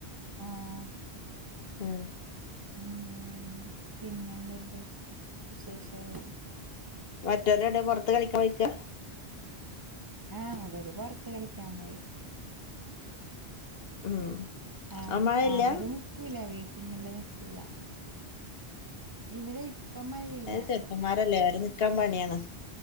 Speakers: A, on the right; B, on the left.
A: ആഹ്
B: ആഹ്
A: ഉം പിന്നെ എന്ത്‌ണ്ട് വിശേഷേള്ള
B: മറ്റോല് എവിടെ പൊറത്ത് കളിക്കാ പോയെക്ക
A: ആഹ് അവര് പൊറത്ത് കളിക്കാൻ പോയി
B: ഉം
A: ആഹ്
B: അവൻ മഴയില്ല
A: അവര് നിക്കൂല വീട്ടിനുള്ളിൽ നിക്കൂല ഇവിടെ ഇപ്പം മഴയില്ല
B: ചെക്കന്മാരല്ലേ ആവര് നിക്കാൻ പണിയാണ്